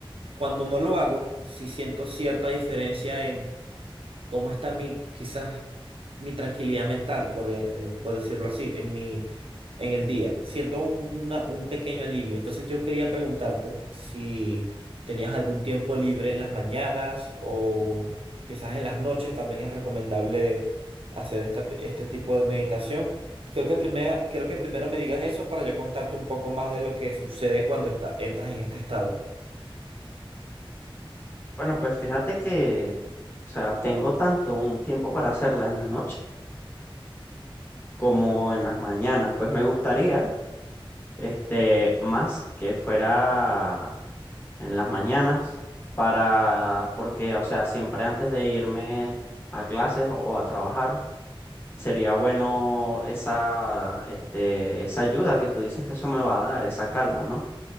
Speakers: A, on the right; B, on the left.
A: cuando no lo hago, sí siento cierta diferencia en cómo está mi, quizás mi tranquilidad mental, por, eh, eh, por decirlo así, en mi, en el día. Siento un, una- un pequeño alivio. Entonces yo quería preguntarte si tenías algún tiempo libre en las mañanas o quizás en las noches también es recomendable hacer esta- este tipo de meditación. Creo que, primero, creo que primero me digas eso para yo contarte un poco más de lo que sucede cuando está, entras en este estado.
B: Bueno, pues fíjate que, o sea, tengo tanto un tiempo para hacerla en la noche como
A: Ujú.
B: en las mañanas. Pues me gustaría, este, más que fuera en las mañanas para, porque, o sea, siempre antes de irme a clases o a trabajar, sería bueno esa, este, esa ayuda que tú dices que eso me va a dar, esa calma, ¿no?